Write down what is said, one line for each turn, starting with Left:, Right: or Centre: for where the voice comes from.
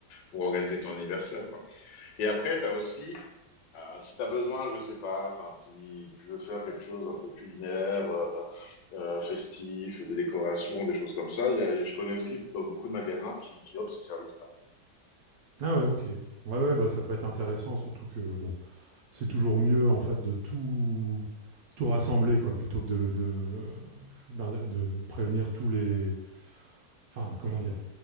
Left: pour organiser ton anniversaire, quoi. Et après, t'as aussi, euh, si t'as besoin, je sais pas, enfin, si tu veux faire quelque chose un peu culinaire, euh, euh, festif, des décorations, des choses comme ça, il y a, je connais aussi beaucoup de magasins qui, qui offrent ces services-là.
Right: Ah ouais, ok. Ouais, ouais, bah ça peut être intéressant, surtout que bon, c'est toujours mieux en fait de tout, tout rassembler, quoi, plutôt que de, de, d'un- de prévenir tous les. Enfin, comment dire?